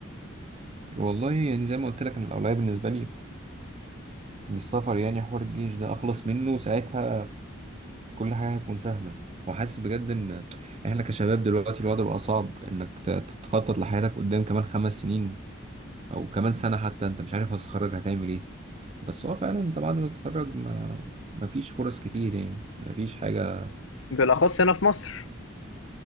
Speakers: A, on the right; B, on the left.
A: والله يعني زي ما قلت لك أنا الأولوية بالنسبة لي للسفر يعني حوار الجيش ده أخلص منه ساعتها كل حاجة هتكون سهلة وحاسس بجد إن إحنا كشباب دلوقتي الوضع بقى صعب إنك ت- تتخطط لحياتك قدام كمان خمس سنين أو كمان سنة حتى أنت مش عارف هتتخرج هتعمل إيه بس هو فعلا أنت بعد ما تتخرج ما مفيش فرص كتير يعني مفيش حاجة
B: بالاخص هنا في مصر